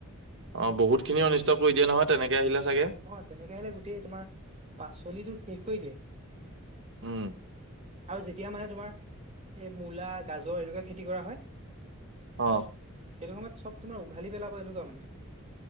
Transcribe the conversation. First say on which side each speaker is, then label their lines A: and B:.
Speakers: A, on the right; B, on the right.
A: অ বহুত খিনি অনিষ্ট কৰি দিয়ে নহয় তেনেকে আহিলে চাগে?
B: অ তেনেকে আহিলে গোটেই তোমাৰ, পাচলিটো শেষ কৰি দিয়ে।
A: উম
B: আৰু যেতিয়া মানে তোমাৰ এই মূলা, গাজৰ এনেকুৱা খেতি কৰা হয়
A: অ।
B: সেইটো সময়ত চব তোমাৰ উঘালি পেলাব একুৱা মানে।